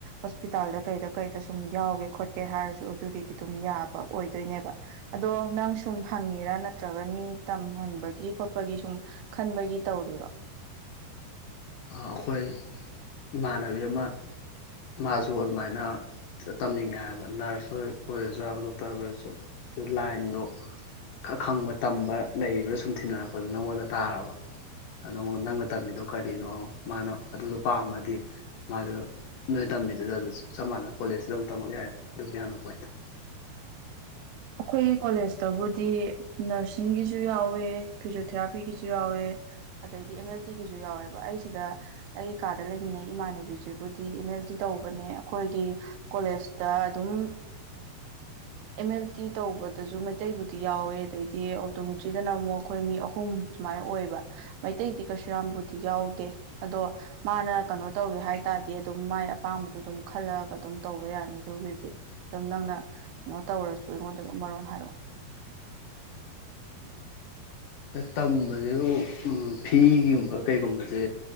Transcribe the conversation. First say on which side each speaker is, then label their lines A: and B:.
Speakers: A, on the right; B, on the left.
A: ꯍꯣꯁꯄꯤꯇꯥꯜꯗ ꯀꯩꯗ ꯀꯩꯗ ꯁꯨꯝ ꯌꯥꯎꯒꯦ ꯈꯣꯠꯀꯦ ꯍꯥꯏꯔꯁꯨ ꯑꯗꯨꯒꯤꯗꯤ ꯑꯗꯨꯝ ꯌꯥꯕ ꯑꯣꯏꯗꯣꯏꯅꯦꯕ ꯑꯗꯣ ꯅꯪ ꯁꯨꯝ ꯍꯪꯉꯤꯔꯥ ꯅꯠꯇ꯭ꯔꯒ ꯃꯤ ꯇꯝꯍꯟꯕꯒꯤ ꯈꯣꯠꯄꯒꯤ ꯁꯨꯝ ꯈꯟꯕꯒꯤ ꯇꯧꯔꯤꯔꯣ
B: ꯑꯩꯈꯣꯏ ꯏꯃꯥꯟꯅꯕꯤ ꯑꯃ ꯃꯥꯁꯨ ꯑꯗꯨꯃꯥꯏꯅ ꯇꯝꯅꯤꯡꯉꯦ ꯍꯥꯏꯕ ꯅꯔꯁ ꯑꯣꯏꯔꯁꯨ ꯍꯥꯏꯕ ꯗꯣꯛꯇꯔ ꯑꯣꯏꯔꯁꯨ ꯑꯗꯨ ꯂꯥꯏꯟꯗꯣ ꯈꯪꯕ ꯇꯝꯕ ꯂꯩꯕ꯭ꯔꯥ ꯁꯨꯝ ꯊꯤꯅꯔꯛꯄꯗ ꯅꯪꯉꯣꯟꯗ ꯇꯥꯔꯕ ꯅꯪꯉꯣꯟ ꯅꯪꯅ ꯇꯝꯃꯤꯗꯣ ꯀꯔꯤ ꯀꯔꯤꯅꯣ ꯃꯥꯅ ꯑꯗꯨꯗꯣ ꯄꯥꯝꯃꯗꯤ ꯃꯥꯗ ꯅꯣꯏ ꯇꯝꯕꯤꯗꯨꯗ ꯑꯗꯨ ꯆꯞ ꯃꯥꯟꯅ ꯀꯣꯂꯦꯖꯇ ꯑꯗꯨꯝ ꯇꯝꯃꯛ ꯌꯥꯏ ꯑꯗꯨꯒꯤ ꯍꯪꯉꯛꯄ ꯍꯥꯏꯇꯥ
A: ꯑꯩꯈꯣꯏꯒꯤ ꯀꯣꯂꯦꯖꯇꯕꯨꯗꯤ ꯅꯔꯁꯤꯡꯒꯤꯁꯨ ꯌꯥꯎꯋꯦ ꯐꯤꯖꯣꯊꯦꯔꯥꯄꯤꯒꯤꯁꯨ ꯌꯥꯎꯋꯦ ꯑꯗꯩꯗꯤ ꯑꯦꯝ ꯑꯦꯜ ꯇꯤꯒꯤꯁꯨ ꯌꯥꯎꯋꯦꯕ ꯑꯩꯁꯤꯗ ꯑꯩꯒꯤ ꯀꯥꯗ ꯂꯩꯃꯤꯟꯅꯩ ꯏꯃꯥꯟꯅꯕꯤꯁꯤꯕꯨꯗꯤ ꯑꯦꯝ ꯑꯦꯜ ꯇꯤ ꯇꯧꯕꯅꯦ ꯑꯩꯈꯣꯏꯒꯤ ꯀꯣꯂꯦꯖꯇ ꯑꯗꯨꯝ ꯑꯦꯝ ꯑꯦꯜ ꯇꯇꯤ ꯇꯧꯕꯗꯁꯨ ꯃꯩꯇꯩꯕꯨꯗꯤ ꯌꯥꯎꯋꯦ ꯑꯗꯩꯗꯤ ꯑꯣꯇꯣꯃꯦꯇ꯭ꯔꯤꯗꯅ ꯑꯃꯨꯛ ꯑꯩꯈꯣꯏ ꯃꯤ ꯑꯍꯨꯝ ꯁꯨꯃꯥꯏꯅ ꯑꯣꯏꯕ ꯃꯩꯇꯩꯗꯤ ꯀꯩꯁꯨ ꯌꯥꯝꯕꯨꯗꯤ ꯌꯥꯎꯗꯦ ꯑꯗꯣ ꯃꯥꯅ ꯀꯩꯅꯣ ꯇꯧꯒꯦ ꯍꯥꯏ ꯇꯥꯔꯗꯤ ꯑꯗꯨꯝ ꯃꯥꯏ ꯑꯄꯥꯝꯕꯗꯣ ꯑꯗꯨꯝ ꯈꯜꯂꯛꯑꯒ ꯑꯗꯨꯝ ꯇꯧꯕ ꯌꯥꯅꯤ ꯑꯗꯨꯒꯤꯗꯤ ꯑꯗꯨꯝ ꯅꯪꯅ ꯀꯩꯅꯣ ꯇꯧꯔꯁꯨ ꯑꯩꯉꯣꯟꯗ ꯑꯗꯨꯝ ꯃꯔꯣꯜ ꯍꯥꯏꯔꯛꯑꯣ
B: ꯑ ꯇꯝꯕꯁꯦ ꯐꯤꯒꯨꯝꯕ ꯀꯩꯒꯨꯝꯕꯁꯦ